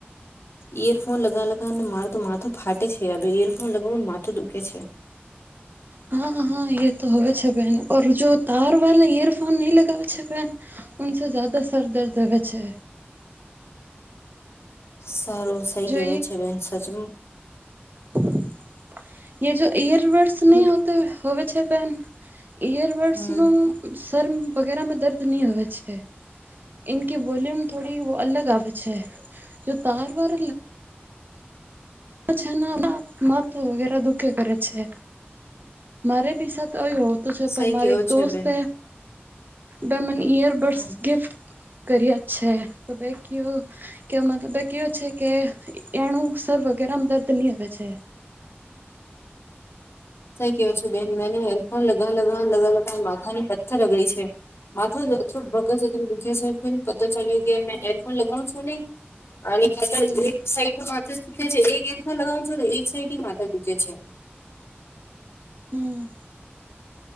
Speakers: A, on the left; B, on the right.
A: ઇયરફોન લગા લગા માર તો માર તો ફાટે છે. હ હવે ઈયરફોન લગાવવાને માથું દુખે છે.
B: હા હા હા એ તો હોવે છે બેહેન ઓઔર જો તાર વાા યરફોન નહી લગાવે છે બેન. સે જ્યાદા સ સર દર્દ હવે છે.
A: સારો સઈ
B: જો
A: કેવો છે બેન સચમ.
B: હ. જો ઇયરબર્ડસ
A: હમ
B: નહી હોવે છે ભન ઈયરબડ્સ
A: હમ
B: ન. શમ વગેરા માં દર્દ નહી હવે છે. નકી વોલ્યુમ થોડી વ અલગ આવવશૈ જો તાર વાાર. છે માથ વગેરે દુઃખે કરે છે. મારે બીસા તો હો તો છે
A: સહી
B: પણ મારી
A: કેવો
B: એક
A: છે
B: દોસ્ત
A: બેન
B: હ. બેમાં રબડસ
A: હમ
B: ગિફ્ટ. કરય છે તો બેકી કે મ બેકીયો છે કે એનું સર્વ ગરામ દર્દ ની આવેવે છે. <inaudible>
A: કેો છો બેન મેને હપ લગા લગા લગા લગા માથાની પથ્થર રગડી છે. માથ થોડ ભગું દુખ્યા છે પ ચાલ્યો કે મેં એરફોન લગાવું છું નને અને માથર
B: હમ્મ
A: એક સાઈડ માથે દખ છે એક એક લગાવનું છો ને એક સાઈડ માથા દૂખ છે.
B: હમ